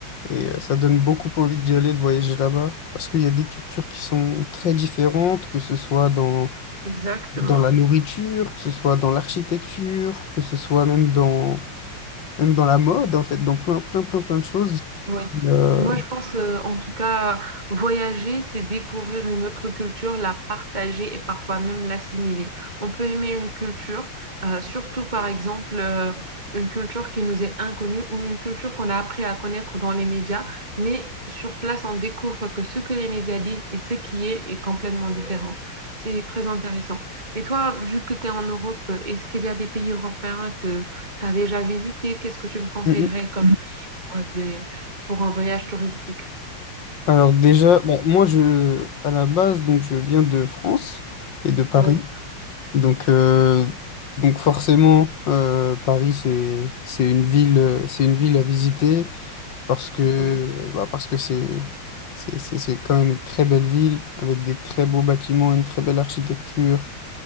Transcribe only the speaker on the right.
Exactement.
Oui.
Moi, je pense, euh, en tout cas, voyager, c'est découvrir une autre culture, la partager et parfois même l'assimiler. On peut aimer une culture, euh, surtout par exemple, euh, une culture qui nous est inconnue ou une culture qu'on a appris à connaître dans les médias, mais sur place, on découvre que ce que les médias disent et ce qui est est complètement différent. C'est très intéressant. Et toi, vu que tu es en Europe, est-ce qu'il y a des pays européens que tu as déjà visités? Qu'est-ce que tu me conseillerais
comme pour des, pour un voyage touristique.
Oui,
oui.